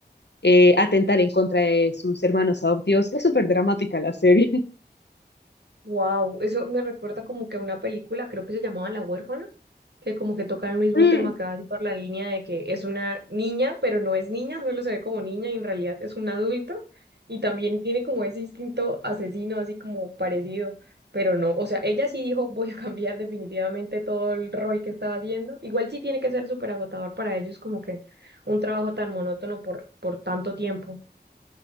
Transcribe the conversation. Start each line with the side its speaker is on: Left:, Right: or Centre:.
Left: eh, atentar en contra de sus hermanos adoptivos. Es súper dramática la serie. <laughs>
Right: Wow, eso me recuerda como que a una película, creo que se llamaba La huérfana que como que toca el mismo
Left: Mm,
Right: tema casi por la línea de que es una niña, pero no es niña, solo se ve como niña y en realidad es un adulto y también tiene como ese instinto asesino así como parecido, pero no, o sea, ella sí dijo voy a cambiar definitivamente todo el rol que estaba haciendo, igual sí tiene que ser súper agotador para ellos como que un trabajo tan monótono por, por tanto tiempo.